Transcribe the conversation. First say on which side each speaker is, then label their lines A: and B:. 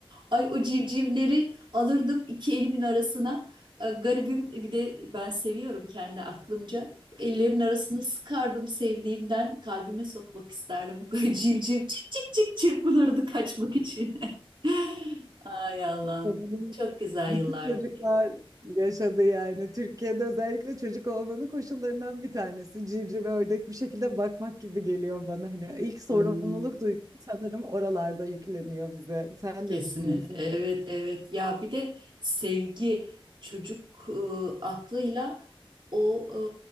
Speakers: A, on the right; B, on the right.
A: Ay o civcivleri alırdım iki elimin arasına. E, Garibim bir de ben seviyorum kendi aklımca. Ellerimin arasını sıkardım sevdiğimden. Kalbime sokmak isterdim. <laughs> Civciv çık çık çık çırpınırdı kaçmak için. <laughs> Ay Allah'ım.
B: Sanırım
A: Çok güzel
B: bütün
A: yıllardı.
B: çocuklar yaşadı yani. Türkiye'de özellikle çocuk olmanın koşullarından bir tanesi. Civciv ördek bir şekilde bakmak gibi geliyor bana. Hani ilk sorumluluk
A: Hmm.
B: duygusu sanırım oralarda yükleniyor bize. Sen
A: Kesin.
B: ne düşünüyorsun?
A: Evet, evet. Ya bir de sevgi çocuk e, aklıyla o